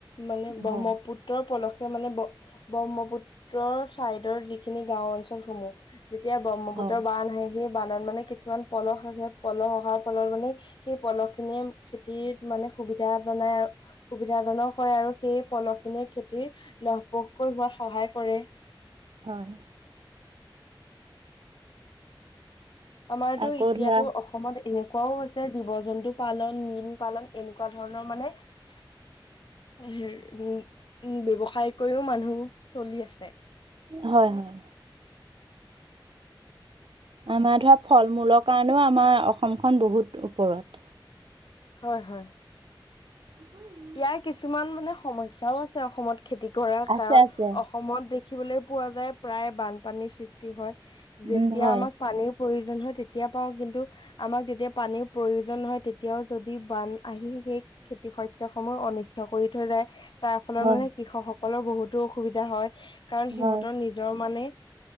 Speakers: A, on the left; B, on the right.
A: মানে ব্ৰহ্মপুত্ৰ
B: হয়
A: পুত্ৰৰ পলসে মানে ব্ৰহ্মপুত্ৰৰ চাইডৰ যিখিনি গাও অঞ্চলসমূহ যেতিয়া ব্ৰহ্মপুত্ৰৰ
B: হয়
A: বান আহে সেই বানত মানে কিছুমান পলস আহে পলহ অহাৰ ফলত মানে সেই পলহ খিনিয়ে খেতিত মানে সুবিধা জনাই আৰু সুবিধাজনক হয় আৰু সেই পলহ খিনি খেতিৰ লহপহকৈ হোৱাত সহায় কৰে।
B: হয়-হয়
A: আমাৰতো
B: আকৌ
A: এতিয়াতো
B: ধৰা
A: অসমত এনেকুৱাও হৈছে জীৱ জন্তু পালন মীন পালন এনেকুৱা ধৰণৰ মানে হেই উম উম ব্যৱসায় কৰিও মানুহ চলি আছে।
B: হয় হয়। আমাৰ ধৰা ফল মূলৰ কাৰণেও আমাৰ অসমখন বহুত ওপৰত।
A: হয় হয়।
B: <inaudible>
A: ইয়াৰ কিছুমান মানে সমস্যাও আছে অসমত খেতি কৰাৰ
B: আছে
A: কাৰণ
B: আছে
A: অসমৰ সমত দেখিবলৈ পোৱা যায় প্ৰায় বানপানীৰ সৃষ্টি হয় যেতিয়া
B: উম হয়
A: আমাক পানীৰ প্ৰয়োজন হয় তেতিয়া পাওঁ কিন্ত আমাক যেতিয়া পানীৰ প্ৰয়োজন হয় তেতিয়াও যদি বান আহি সেই খেতি শস্যৰ সমূহ অনিষ্ট কৰি থৈ যায় তাৰ ফলত
B: হয়
A: মানে কৃষকসকলৰ বহুতো অসুবিধা হয়। কাৰণ সিহঁতৰ
B: হয়
A: নিজৰ মানে